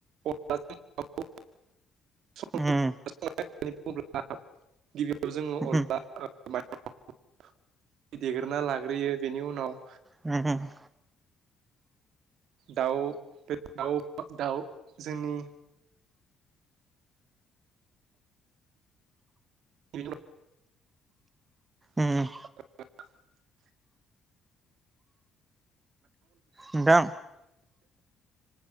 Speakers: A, on the right; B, on the right.
A: अनला जों दाउ संनानै
B: उम
A: जानाय <unintelligible> गिबियाव जोङो
B: उम
A: अनला <unintelligible> देग्रोना लागोन ग्रोयो बेनि उनाव
B: हम
A: दाउ बे दाउ दाउ जोंनि बि औ
B: उम
A: <unintelligible>
B: नोंथां